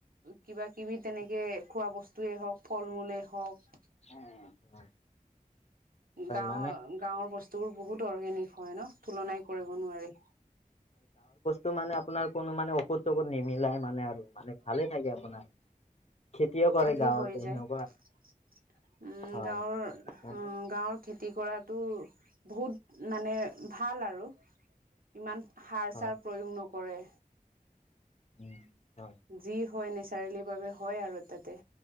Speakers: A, on the right; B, on the left.
A: কিবা কিবি তেনেকে খোৱা বস্তুৱয়ে হওক, ফল মূলে হওক
B: উম, হয়।
A: গাঁৱ
B: মানে
A: গাঁৱৰ বস্ত তোৰ বহুত অৰ্গেনিক হয় ন? তুলনাই কৰিব নোৱাৰি।
B: টো মানে আপোনাৰ কোনো মানে ঔষধ চৌষধ নিমিলাই মানে আৰু মানে ভালে থাকে আপোনাৰ। খেতিও কৰে
A: পাৰিলেই
B: গাঁৱত
A: হৈ
B: সেনেকুৱা
A: যায়। উম,
B: হয়
A: গাঁৱৰ অ'
B: মানে
A: গাঁৱৰ খেতি কৰাত টো বহুত মানে ভাল আৰু। ইমান সাৰ
B: হয়
A: চাৰ প্ৰয়োগ নকৰে।
B: উম, হয়,
A: যি হয় নেচাৰেলি বাবে হয় আৰু তাতে।